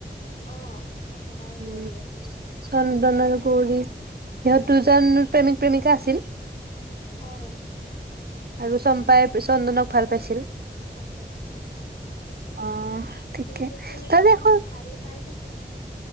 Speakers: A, on the left; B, on the right.
A: অ চন্দন আৰু
B: উম,
A: গৌৰী আছিলে।
B: চন্দন আৰু গৌৰী সিহঁত দুজন প্ৰেমিক প্ৰেমিকা আছিল।
A: অ
B: আৰু চম্পাই চন্দনক ভাল পাইছিল।
A: ভাল পাইছিলে হয় হয়,
B: অ', ঠিকে
A: তেওঁ শেষলৈকে
B: তাৰে এখন
A: ভাল পাইয়ে থাকিল।